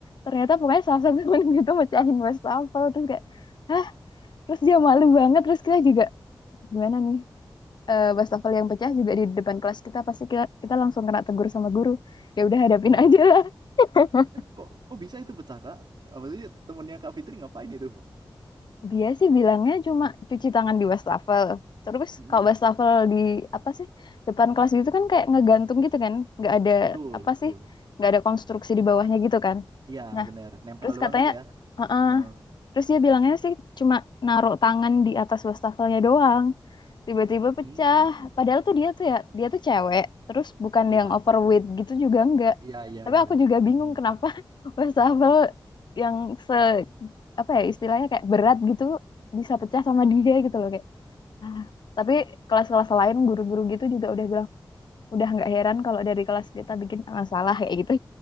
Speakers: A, on the left (about 60°); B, on the right (about 65°).
A: ternyata pokoknya salah satu <laughs> temen gitu mecahin wastafel terus kayak hah terus dia malu banget terus kita juga gimana nih eh, wastafel yang pecah juga di depan kelas kita pasti kita, kita langsung kena tegur sama guru. Ya udah hadapin
B: Iya.
A: aja lah. <laughs>
B: Kok, kok bisa itu pecah, Kak? Apa sih temennya Kak Fitri ngapain itu?
A: Dia sih bilangnya cuma cuci tangan di wastafel. Terus
B: Mm-mm.
A: kalau wastafel di apa sih depan kelas gitu kan kayak ngegantung gitu kan, nggak ada
B: Betul,
A: apa
B: betul.
A: sih, nggak ada konstruksi di
B: Ya,
A: bawahnya
B: Kak.
A: gitu kan.
B: Iya,
A: Nah
B: benar. Nempel
A: terus
B: doang
A: katanya,
B: gitu ya.
A: "Heeh."
B: Heeh.
A: Terus dia bilangnya sih cuma naruh tangan di atas wastafelnya doang. tiba-tiba pecah.
B: Hmm.
A: Padahal tuh dia tuh ya, dia tuh cewek, terus bukan
B: Iya,
A: yang overweight gitu juga enggak.
B: iya, iya,
A: Tapi
B: iya.
A: aku juga bingung
B: Mm-mm.
A: kenapa <laughs> wastafel yang se apa ya istilahnya kayak berat gitu bisa pecah sama dia gitu loh kayak. ah. Tapi kelas-kelas lain guru-guru gitu juga udah bilang udah nggak heran kalau dari kelas kita bikin masalah kayak gitu.